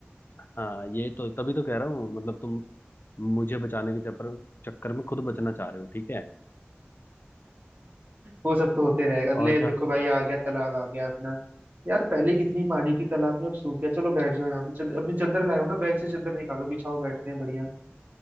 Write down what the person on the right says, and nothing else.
वो सब तो होते रहे अगले
देखो
भाई आ गया तालाब आ गया अपना यार पहले कितनी पानी थी तालाब में अब सूख गया चलो बैठ जाओ यहाँ पे चद, अपनी चादर लाए हो ना बैग से चादर निकालो बिछाओ बैठते हैं बढ़िया